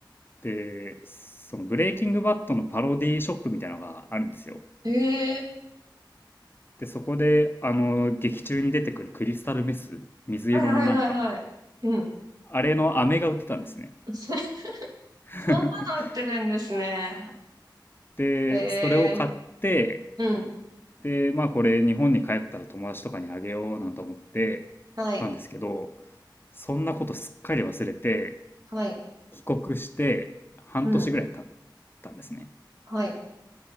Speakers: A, on the left; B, on the right.
A: で、そのブレイキングバッドのパロディーショップみたいなのがあるんですよ。
B: へえ。
A: で、そこで、あの、劇中に出てくるクリスタルメス、水色のなんか、
B: はいはいはいはい。うん。
A: あれの飴が売ってたんですね。
B: <laughs>
A: <laughs>
B: そんなの売ってるんですね。
A: で、
B: へ
A: それを買って、
B: え。うん。
A: で、まあこれ日本に帰ったら友達とかにあげようなんて思ってたんですけど、
B: はい。
A: そんなことすっかり忘れて、
B: はい。
A: 帰国して半年ぐらい経ったんですね。
B: うん。はい。